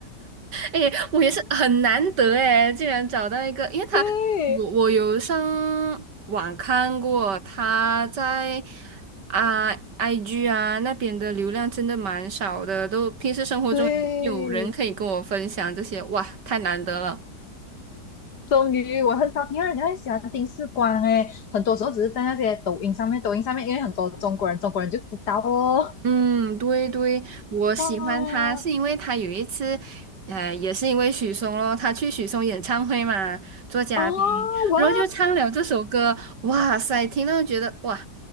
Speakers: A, on the right; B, on the left.
A: 哎，我也是很难得哎，竟然找到一个，因为他，
B: 对
A: 我我有上网看过，他在啊 IG 啊那边的流量真的蛮少的，都平时生活中有人可以跟我分享这些，
B: 对，
A: 哇，太难得了。
B: 终于我很少听到人家会喜欢丁世光诶，很多时候只是在那些抖音上面，抖音上面因为很多中国人，中国人就知道哦，
A: 嗯，对对，我喜欢他是因为他有一次，
B: 哇
A: 呃，也是因为许嵩咯，他去许嵩演唱会嘛，做嘉宾，
B: 哦哇。
A: 然后就唱了这首歌，哇塞，听到觉得哇。